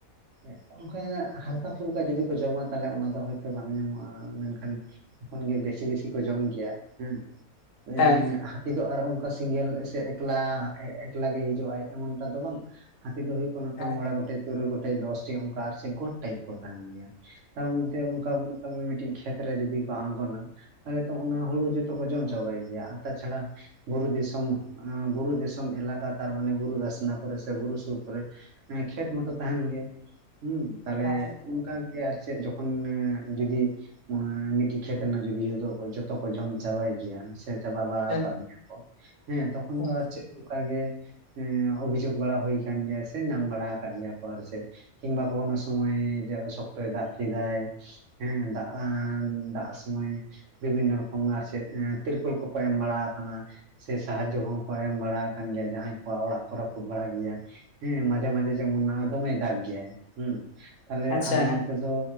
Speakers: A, on the right; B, on the left.
A: ᱮᱜ ᱚᱱᱠᱟ ᱦᱟᱞᱠᱟ ᱯᱷᱩᱞᱠᱟ ᱡᱩᱫᱤ ᱠᱚ ᱡᱚᱢᱟ ᱛᱟᱦᱟᱞᱮ ᱚᱱᱟ ᱫᱚ ᱦᱚᱭᱛᱚ ᱵᱟᱝ ᱧᱟᱢᱚᱜ-ᱟ ᱢᱮᱱᱠᱷᱟᱱ ᱡᱚᱠᱷᱚᱱ ᱜᱮ ᱵᱮᱥᱤ ᱵᱮᱥᱤ ᱠᱚ ᱡᱚᱢ ᱜᱮᱭᱟ ᱦᱮᱸ ᱮᱸᱜ
B: ᱦᱮᱸ
A: ᱦᱟ ᱛᱤ ᱫᱚ ᱟᱨ ᱚᱱᱠᱟ ᱥᱤᱝᱜᱮᱞ ᱥᱮ ᱮᱠᱞᱟ ᱮᱜ ᱮᱠᱞᱟ ᱜᱮ ᱦᱤᱡᱩᱜ ᱟᱭ ᱮᱢᱚᱱ ᱴᱟ ᱫᱚ ᱵᱟᱝ ᱦᱟᱹᱛᱤ ᱫᱚ ᱦᱩᱭᱩᱜ ᱠᱚᱱᱟ ᱠᱚ
B: ᱦᱮᱸ
A: ᱢᱚᱬᱮ ᱜᱚᱴᱮᱡ ᱛᱩᱨᱩᱭ ᱜᱚᱴᱮᱡ ᱫᱚᱥ ᱴᱤ ᱚᱝᱠᱟ ᱟᱨ ᱪᱮᱫ ᱜᱚᱴ ᱴᱟᱭᱤᱯ ᱠᱚ ᱛᱟᱦᱮᱱ ᱜᱮᱭᱟ᱾ ᱛᱟᱨ ᱢᱩᱫᱽᱫᱷᱮ ᱚᱱᱠᱟ ᱵᱩᱪ ᱠᱟᱜ ᱢᱮ ᱢᱤᱫᱴᱤᱡ ᱠᱷᱮᱛ ᱨᱮ ᱡᱩᱫᱤ ᱠᱚ ᱟᱬᱜᱚᱱᱟ᱾ ᱛᱟᱦᱚᱞᱮ ᱛᱚ ᱚᱱᱟ ᱦᱩᱲᱩ ᱡᱚᱛᱚ ᱠᱚ ᱡᱚᱢ ᱪᱟᱵᱟᱭ ᱜᱮᱭᱟ ᱟᱨ ᱛᱟᱪᱷᱟᱲᱟ, ᱵᱩᱨᱩ ᱫᱤᱥᱚᱢ, ᱚᱸ ᱵᱩᱨᱩ ᱫᱤᱥᱚᱢ ᱮᱞᱟᱠᱟ ᱛᱟᱨ ᱢᱟᱱᱮ ᱵᱩᱨᱩ ᱫᱷᱟᱥᱱᱟ ᱠᱚᱨᱮ ᱥᱮ ᱵᱩᱨᱩ ᱥᱩᱨ ᱠᱚᱨᱮ, ᱮᱸ ᱠᱷᱮᱛ ᱢᱚᱛᱚ ᱛᱟᱦᱮᱱ ᱜᱮ ᱦᱩᱸ ᱛᱟᱦᱚᱞᱮ
B: ᱦᱮᱸ
A: ᱚᱱᱠᱟ ᱜᱮ ᱟᱨ ᱪᱮᱫ ᱡᱚ ᱠᱷᱚᱱ ᱮᱸ ᱡᱩᱫᱤ ᱚᱶᱟ ᱢᱤᱫᱴᱤᱡ ᱠᱷᱮᱛ ᱨᱮᱱᱟᱜ ᱡᱚᱫᱤ ᱡᱷᱚᱛᱚ ᱠᱚ ᱡᱚᱛᱚ ᱡᱚᱢ ᱪᱟᱵᱟᱭ ᱜᱮᱭᱟ ᱥᱮ ᱪᱟᱵᱟ ᱵᱟᱲᱟᱣ
B: ᱦᱮᱸ
A: ᱠᱟᱜ ᱜᱮᱭᱟ ᱠᱚ ᱦᱮᱸ ᱛᱚᱠᱷᱚᱱ
B: ᱦᱮᱸ
A: ᱫᱚ ᱟᱨ ᱪᱮᱜ? ᱚᱱᱠᱟ ᱜᱮ ᱮᱸ ᱚᱵᱷᱤᱡᱳᱜᱽ ᱵᱟᱲᱟ ᱦᱩᱭ ᱠᱟᱱ ᱜᱮᱭᱟ ᱥᱮ ᱧᱟᱢ ᱵᱟᱲᱟ ᱠᱟᱫ ᱜᱮᱭᱟ ᱠᱚ ᱟᱨ ᱪᱮᱫ ᱠᱤᱝᱵᱟ ᱠᱚ ᱚᱱᱟ ᱥᱚᱢᱚᱭ ᱡᱟ ᱥᱚᱠᱛᱚᱭ ᱫᱟᱜ ᱠᱮᱫᱟᱭ᱾ ᱦᱮᱸ ᱫᱟᱜ-ᱟᱸ ᱫᱟᱜ ᱥᱚᱢᱚᱭ ᱵᱤᱵᱷᱤᱱᱱᱚ ᱨᱚᱠᱚᱢ ᱟᱨ ᱪᱮᱫ ᱮᱸ ᱛᱤᱨᱯᱳᱞ ᱠᱚᱠᱚ ᱮᱢ ᱵᱟᱲᱟ ᱟᱠᱟᱱᱟ ᱾ ᱥᱮ ᱥᱟᱦᱟᱡᱚ ᱦᱚᱸᱠᱚ ᱮᱢ ᱵᱟᱲᱟ ᱟᱠᱟᱱ ᱜᱮᱭᱟ ᱡᱟᱦᱟᱸᱭ ᱠᱚᱣᱟᱜ ᱚᱲᱟᱜ ᱠᱚ ᱨᱟᱯᱩᱫ ᱵᱟᱲᱟ ᱜᱮᱭᱟ ᱾ ᱦᱮᱸ ᱢᱟᱡᱷᱮ ᱢᱟᱡᱷᱮ ᱡᱮᱢᱚᱱ ᱟ ᱫᱚᱢᱮᱭ ᱫᱟᱜ ᱜᱮᱭᱟᱭ ᱦᱩᱸ, ᱛᱟᱦᱚᱞᱮ
B: ᱟᱪᱪᱷᱟ
A: ᱟᱞᱮ
B: ᱦᱮᱸ
A: ᱱᱚᱛᱮ ᱫᱚ